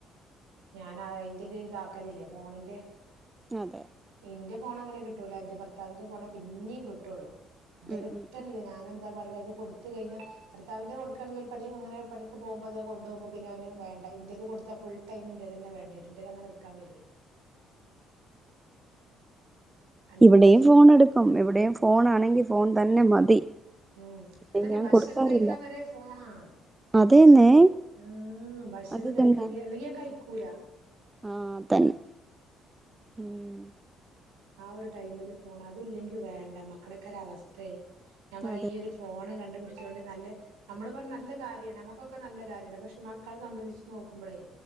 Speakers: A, on the right; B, on the right.
A: ഞാൻ അയിന്റെ ഒരു ഇതാക്കലില്ലേ ഫോണിന്റെ
B: അതെ
A: ന്റെ പോണങ്ങനെ കിട്ടൂല എന്റെ ഭർത്താവിന്റെ ഫോണേ പിന്നേം കിട്ടുള്ളൂ എന്റെ
B: ഉം
A: കിട്ടണില്ല
B: ഉം
A: ഞാൻ എന്താ പറണത് കൊടുത്ത കഴിഞ്ഞു ഭർത്താവിന്റെ കൊടുക്കയാണെങ്കിൽ പണി പ്പ അങ്ങനെ പണിക്ക് പോവുമ്പോ അത് കൊണ്ടു പോവുമ്പോ പിന്നെ അവന് വേണ്ട ഇന്റത് കൊടുത്ത ഫുൾ ടൈം ഇന്റതന്നെ വേണ്ടരും ഇന്റേത് അങ്ങനെ എടുക്കാൻ വരൂല അല്ലെങ്കി
B: ഇവിടെയും
A: ഭക്ഷണം
B: ഫോൺ എടുക്കും ഇവിടെയും ഫോൺാണെങ്കിൽ ഫോൺ തന്നെ മതി
A: ഉം അതന്നെ
B: പിന്നെ ഞാൻ
A: ഭക്ഷണം
B: കൊടുക്കാറില്ല
A: കഴിക്കാൻ വരെ ഫോണാ
B: അതന്നെ
A: ഭക്ഷണം ഉം ഭക്ഷണം
B: അത്
A: കഴിക്കണെങ്കി
B: തന്നെ
A: അല്ലെങ്ക ഞാൻ കഴിക്കും പുരാ
B: ആഹ് തന്നെ ഉം
A: ആ ഒരു ടൈമില് ഫോൺ അതില്ലെങ്കി വേണ്ട മക്കടെക്കെര് അവസ്ഥേ ഞാൻ പറയീ
B: അതെ
A: ഒരു ഫോണ് കണ്ടുപിടിച്ച- ട്ടോണ്ട് നല്ല നമ്മള് പറഞ്ഞ നല്ല കാര്യാണ് നമ്മുക്കൊക്കെ നല്ല കാര്യണ്ട് പക്ഷെ മക്കളെ സംബന്ധിച്ച് നോക്കുമ്പോളേ